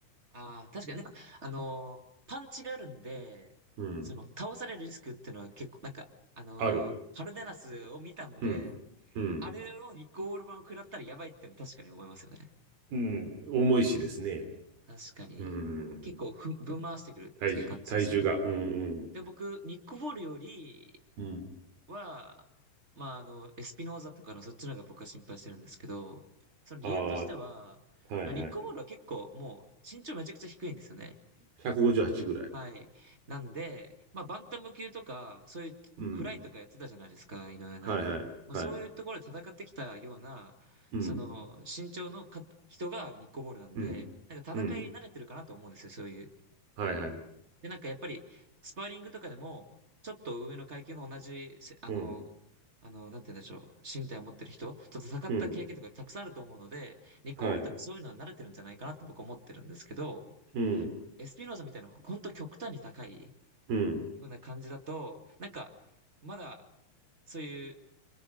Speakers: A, on the right (about 25°); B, on the right (about 85°).
A: ああー、確かになんか、あのーパンチがあるんで、
B: うん、
A: その、倒されるリスクっていうのは結構、なんか、あのーカルデナスを見たんで、
B: ある。うん、うん、
A: あれのニッコール版を食らったらやばいっていうのは確かに思いますよね。
B: うん、重いしですね。
A: 確かに。
B: うん、
A: 結構ふ、ぶん回してくるっていう感じですよね。
B: 体重、体重が、うん、
A: で、僕、ニックボールより
B: うん、うん。
A: は、まあ、あの、エスピノーザとかのそっちの方が僕は心配してるんですけど、その理由としては、
B: ああ、はい、
A: ニックボールは結構もう身長めちゃくちゃ低いんですよね。
B: はい。158ぐらい。
A: はい。なんで、まあ、バンタム級とか、そういうフライとかやってたじゃないですか、
B: うん、
A: 井上尚弥が。
B: はい、はい、はい。
A: まあ、そういうところで戦ってきたような、
B: うん、
A: その、身長のか人がニッコボールなんで、
B: うん、
A: なんか戦い慣れてるかなと思うんですよ、
B: うん、
A: そういう。
B: はいはい。
A: で、なんかやっぱり、スパーリングとかでも、ちょっと上の階級の同じせ、あの、
B: うん、
A: あの、なんて言うんでしょう、身体を持ってる人と戦った経験とかたくさんあると思うので、
B: うん、
A: ニッコボールとかそういうのは慣れてるんじゃないかなって僕は思ってるんですけど、
B: はい。うん、
A: エスピノーザみたいな、本当極端に高い
B: うん、
A: ような感じだと、なんか、まだ、そういう、